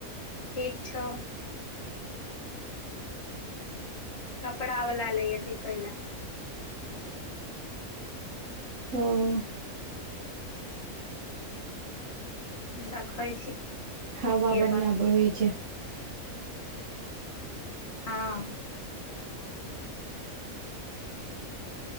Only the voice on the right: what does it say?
ओ
हवा
बढ़िया बहै छै